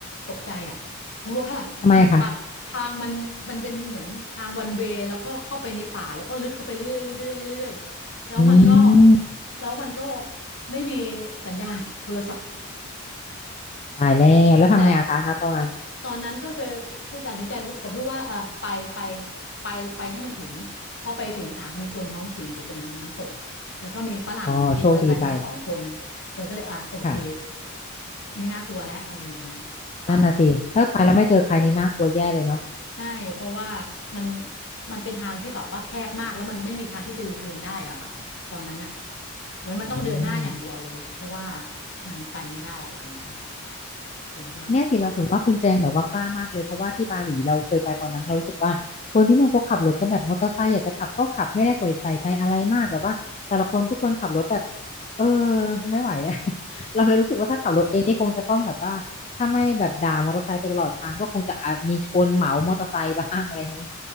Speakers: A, on the left; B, on the left.
A: ตกใจอ่ะเพราะว่ามันทาง
B: ทำไมอะคะ
A: ทางมันมันเป็นเหมือนทางวันเวยแล้วก็เข้าไปในป่าแล้วก็ลึกเข้าไปเรื่อยเรื่อยเรื่อยแล้วมันก็
B: อืม
A: แล้วมันก็ไม่มีสัญญาณโทรศัพท์
B: ตายแล้วแล้วทำไงอะคะณตอนนั้น
A: แต่ตอนนั้นก็คือคือตัดสินใจกับลูกว่าเออไปไปไปไปให้มันถึงพอไปถึงอ่ะมีคนท้องถิ่นอยู่ตรงน้ำตกแล้วก็มีฝรั่งขี่มอเตอร์ไซค์มาสองคน
B: อ๋อโชคดีไป
A: ยังก็เลยอ่ะโอเค
B: ค่ะ
A: ไม่น่ากลัวแล้วอะไรอย่างเงี้ยค่ะ
B: นั่นน่ะสิถ้าไปแล้วไม่เจอใครนี่น่ากลัวแย่เลยเนาะ
A: ใช่เพราะว่ามันมันเป็นทางที่แบบว่าแคบมากแล้วมันไม่มีทางที่จะยูเทิร์นได้อะค่ะตอนนั้นอะเหมือนมันต้องเดินหน้าอย่างเดียวเลยเพราะว่า
B: อืม
A: มันไปไม่ได้อะไรอย่างเงี้ยค่ะเจนก็
B: เนี่ยสิเราถึงว่าคุณแจงแบบว่ากล้ามากเลยเพราะว่าที่บาหลีเราเคยไปตอนนั้นเรารู้สึกว่าคนที่นู่นเขาขับรถกันแบบมอเตอร์ไซค์อยากจะขับก็ขับไม่ได้ใส่ใจอะไรมากแบบว่าแต่ละคนทุกคนขับรถแบบเออไม่ไหวแล้ <laughs> เราเลยรู้สึกว่าถ้าขับรถเองนี่คงจะต้องแบบว่าถ้าไม่แบบด่ามอเตอร์ไซค์ไปตลอดทางก็คงจะอาจมีชนเหมามอเตอร์ไซค์บ้างอะไรอย่างนี้